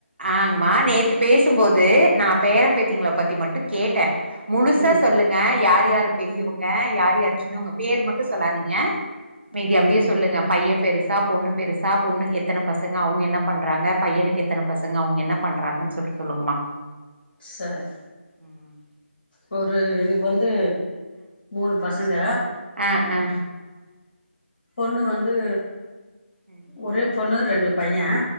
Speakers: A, on the right; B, on the left.
A: ஆ ங்மா நேத்து பேசும். போது, நான் பேர பேத்திங்களை பத்தி மட்டும் கேட்டேன். முழுசா
B: ம்
A: சொல்லுங்க யார் யாரு. பெரியவங்க. யார் யாச்சுன்னு உங்க பேர் மட்டும் சொல்லாதீங்க. மீதி
B: ம்
A: அப்படியே சொல்லுங்க. பையன். பெருசா பொண்ணு. பெருசா பொண்ணுக்கு எத்ன பசங்க அவுங்க என்ன பண்றாங்க பையனுக்கு எத்ன. பசங்க. அவங்க என்ன பண்றாங்கன்னு சொல்லி சொல்லுங்கமா.
B: சார்.
A: ம்
B: ஆ எனக்கு வந்து, மூணு பசங்க.
A: ஆ ஆ ஆ
B: பொண்ணு வந்து.
A: ம்.
B: ஒரே பொண்ணு ரெண்டு பையன்.